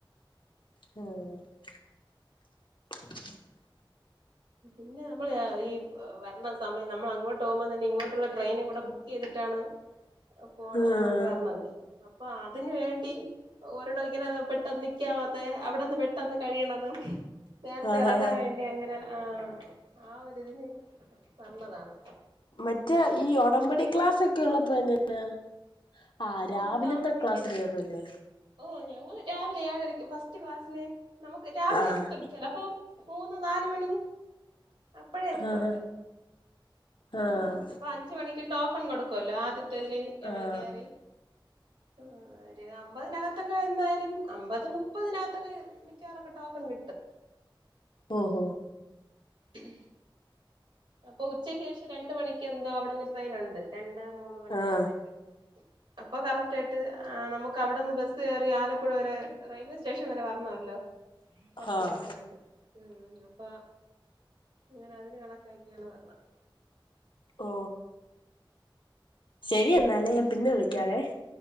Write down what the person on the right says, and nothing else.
പിന്നെനമ്മൾ പറയണ സമയം അങ്ങോട്ട് പോകുമ്പോ തന്നെ ഇങ്ങോട്ടുള്ള ട്രെയിനും കൂടെ ബുക്ക് ചെയ്തിട്ടാണ് പോണത
അങ്ങോട്ട് വരണത് അപ്പൊ അതിന് വേണ്ടി ഓരോടോ ഇങ്ങനെ പെട്ടന്ന് നിക്കാ അതെ അവിടെന്ന് പെട്ടന്ന് കഴിയണത് നേരത്തെ
ഇറങ്ങാൻ
വേണ്ടി അങ്ങനെ ആഹ ആ ഒരിതിന് നല്ലതാണ്
ഓ
താമസിക്കും
ഓ ഞങ്ങള്ൾ രാവിലെ ഏഴരയ്ക്ക് ഫസ്റ്റ് ക്ലാസ്സിന് നമുക്ക് രാവിലെ
എത്തും ചിലപ്പോ മൂന്ന് നാാല മണി അപ്പഴേ എത്തും
അവിടെ
അപ്പൊ അഞ്ച് മണിക്ക് ടോക്കൺ കൊടുക്കുമല്ലോ അത് ഇത്തതിൽ ഞങ്ങൾ
കയറി ആ ഒരു അമ്പതിനകത്തൊക്കെ എന്തായാലും അമ്പത് മുപ്പതിനകത്തൊക്കെ മിക്കവറൊക്കെ ടോക്കൺ കിട്ടും
ഉം അപ്പൊ ഉച്ചയ്ക്ക് ശേഷ രണ്ട മണിക്ക് എന്തോ അവിടുന്ന് പ്ലെയിൻ ഉണ്ട്ട്രെയിൻ ഉണ്ട് രണ്ട് മൂന്ന മണിക്ക്
അങ്ങനെയൊക്കെ അപ്പൊ കറക്റ്റ് ആയിട്ട് ആ നമുക്ക് അവിടെന്ന് ബസ്സ് കയറി ആലപ്പുഴ വരെ റെയിൽവേ സ്റ്റേഷൻ വരെ വരണമല്ലോ കൊറച്ച്
സമയംമുണ്ട് ഉം അപ്പ ങ്ങനെ അതിന് കണക്ക് എാണ് പറഞ്ഞ <unintelligible>